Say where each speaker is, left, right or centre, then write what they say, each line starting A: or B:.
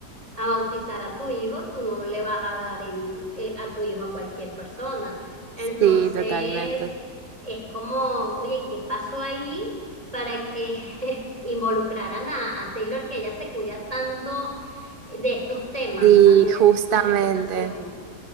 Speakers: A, on the right; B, on the right.
A: a bautizar a tu hijo, tú no le vas a dar el, eh, a tu hijo a cualquier persona. Entonces,
B: Sí, totalmente.
A: es como, oye, ¿qué pasó ahí para que <laughs> involucraran a, a Taylor, que ella se cuida tanto de estos temas
B: Sí,
A: a nivel
B: justamente.
A: de reputación?